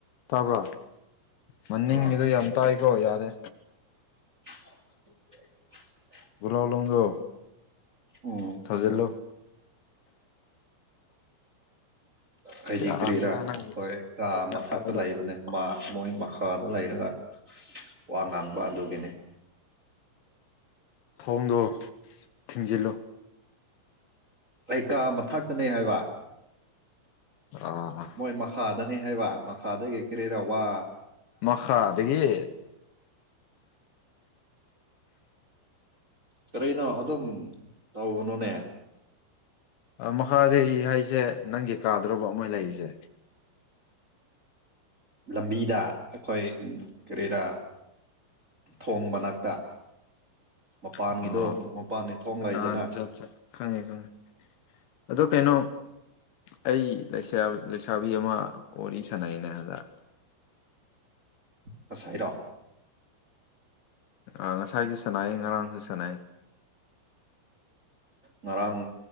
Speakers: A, on the left; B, on the right.
A: ꯇꯥꯕꯣ ꯃꯅꯤꯡꯉꯤꯗꯨ
B: ꯑꯥ
A: ꯌꯥꯝ ꯇꯥꯏꯀꯣ ꯌꯥꯔꯦ
B: <unintelligible>
A: ꯒꯂꯥꯎ ꯂꯣꯡꯗꯣ
B: ꯎꯝ
A: ꯊꯥꯖꯤꯜꯂꯣ
B: ꯍꯥꯏꯗꯤ
A: ꯌꯥꯅꯤꯗ
B: ꯀꯔꯤꯔꯥ ꯑꯩꯈꯣꯏ
A: ꯅꯪꯒꯤ
B: ꯀꯥ
A: ꯐꯣꯟ ꯌꯥꯝ
B: ꯃꯊꯇ
A: ꯇꯥꯏꯗ
B: ꯂꯩꯕꯅꯦ ꯃꯥ ꯃꯣꯏ ꯃꯈꯥꯗ ꯂꯩꯔꯒ ꯋꯥ ꯉꯥꯡꯕ ꯑꯗꯨꯒꯤꯅꯤ
A: ꯊꯣꯡꯗꯣ ꯊꯤꯡꯖꯤꯜꯂꯨ
B: ꯀꯩꯀꯥ ꯑꯃ ꯊꯥꯛꯇꯅꯦ ꯍꯥꯏꯕ
A: ꯑꯥ
B: ꯃꯣꯏ ꯃꯈꯥꯗꯅꯤ ꯍꯥꯏꯕ ꯃꯈꯥꯗꯒꯤ ꯀꯦꯔꯦꯔꯥꯎꯕ
A: ꯃꯈꯥ ꯑꯗꯒꯤ
B: ꯀꯔꯤꯅꯣ ꯑꯗꯨꯝ ꯇꯧꯕꯅꯨꯅꯦ
A: ꯃꯈꯥꯗꯔꯤ ꯍꯥꯏꯁꯦ ꯅꯪꯒꯤ ꯀꯥꯗ꯭ꯔꯕ ꯑꯃ ꯂꯩꯔꯤꯁꯦ
B: ꯂꯝꯕꯤꯗ ꯑꯩꯈꯣꯏ ꯀꯔꯤꯗ ꯊꯣꯡ ꯃꯅꯥꯛꯇ ꯃꯄꯥꯟꯒꯤꯗꯣ
A: ꯑꯣ
B: ꯃꯄꯥꯟꯅꯤ ꯊꯣꯡꯉꯏꯗꯅ
A: ꯑꯠꯆꯥ ꯑꯠꯆꯥ ꯈꯪꯉꯦ ꯈꯪꯉꯦ ꯑꯗꯣ ꯀꯩꯅꯣ ꯑꯩ ꯂꯩꯁꯥꯕꯤ ꯑꯃ ꯋꯥꯔꯤ ꯁꯥꯟꯅꯩꯅꯦ ꯍꯟꯗꯛ
B: ꯉꯁꯥꯏꯔꯣ
A: ꯑ ꯉꯁꯥꯏꯁꯨ ꯁꯥꯟꯅꯩ ꯉꯔꯥꯡꯁꯨ ꯁꯅꯩ
B: ꯉꯥꯡ